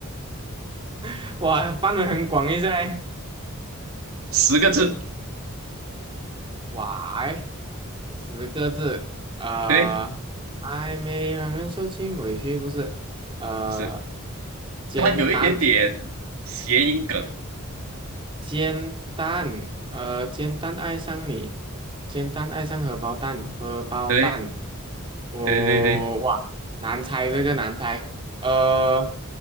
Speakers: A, on the right (about 25°); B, on the right (about 75°).
A: <laughs> 哇，范围很广一下欸，
B: 十个字。
A: 哇，哎十个字，呃，
B: 对，
A: 暧昧让人受尽委屈，不是，呃，
B: 不是，
A: 煎蛋，
B: 它有一点点谐音梗，
A: 煎蛋，呃，煎蛋爱上你，煎蛋爱上荷包蛋，荷包蛋，
B: 对，
A: 我、
B: 对对对，
A: 哇，难猜这个难猜，呃，